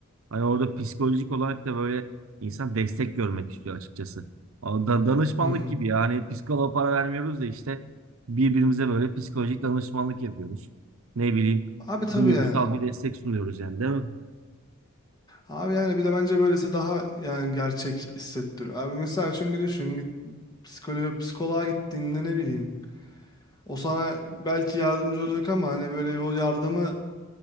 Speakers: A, on the right; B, on the left.
A: Hani orada psikolojik olarak da böyle insan destek görmek istiyor açıkçası. A- da- Danışmanlık
B: Hı hı.
A: gibi yani psikoloğa para vermiyoruz da işte birbirimize böyle psikolojik danışmanlık yapıyoruz. Ne bileyim
B: Abi tabii
A: duygusal
B: yani.
A: bir destek sunuyoruz yani değil mi?
B: Abi yani bir de bence böylesi daha yani gerçek hissettiriyor. Abi mesela çünkü düşün git psikolo psikoloğa gittiğinde ne bileyim. O sana belki yardımcı olacak ama hani böyle o yardımı